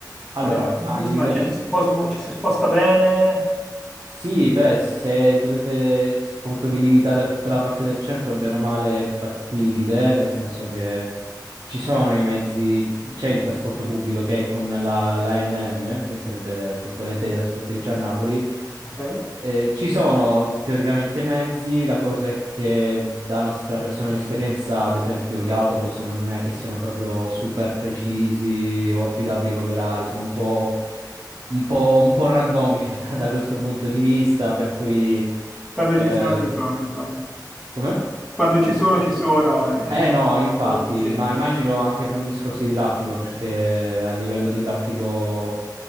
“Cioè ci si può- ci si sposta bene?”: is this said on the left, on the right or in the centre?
Centre